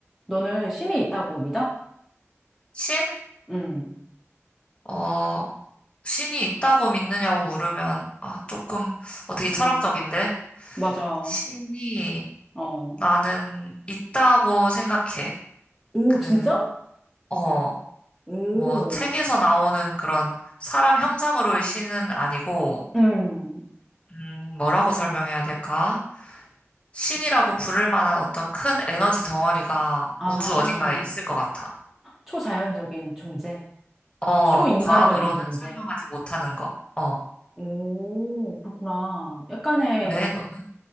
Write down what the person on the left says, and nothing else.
신?
어, 신이 있다고 믿느냐고 물으면, 아, 조금, 어, 되게 철학적인데?
신이
나는 있다고 생각해.
그,
어,
뭐, 책에서 나오는 그런 사람 형상으로의 신은 아니고,
음, 뭐라고 설명해야 될까? 신이라고
부를 만한 어떤 큰 에너지 덩어리가
우주 어딘가에 있을 것 같아.
어,
과학으로는
설명하지 못하는 거. 어,
왜 너는?